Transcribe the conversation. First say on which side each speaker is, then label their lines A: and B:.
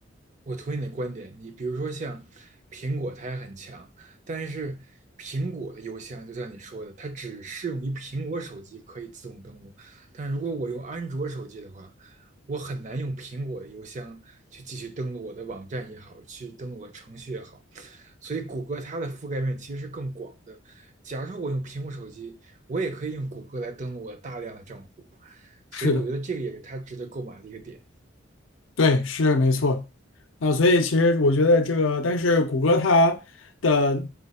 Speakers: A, on the right; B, on the left.
A: 我同意你的观点，你比如说像苹果，它也很强，但是苹果的邮箱就像你说的，它只适用于苹果手机可以自动登录，但如果我用安卓手机的话，我很难用苹果的邮箱去继续登录我的网站也好，去登录我的程序也好，所以谷歌它的覆盖面其实是更广的。假如说我用苹果手机，我也可以用谷歌来登录我大量的账户，所以我觉得这个也是它值得购买的一个点。
B: 是的，对，是没错。啊、所以其实我觉得这个，但是谷歌它的